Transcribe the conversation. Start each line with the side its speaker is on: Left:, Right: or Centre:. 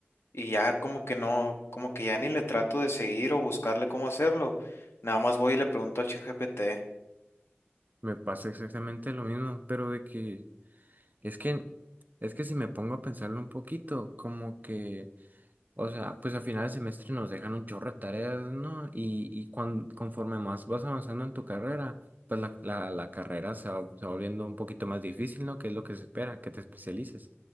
Left: y ya como que no, como que ya ni le trato de seguir o buscarle cómo hacerlo. Nada más voy y le pregunto al ChatGPT.
Right: Me pasa exactamente lo mismo, pero de que es que es que si me pongo a pensarlo un poquito, como que, o sea, pues al final del semestre nos dejan un chorro de tareas, ¿no? Y, y cuan- conforme más vas avanzando en tu carrera, pues la, la, la carrera se va, se va volviendo un poquito más difícil, ¿no? Que es lo que se espera, que te especialices.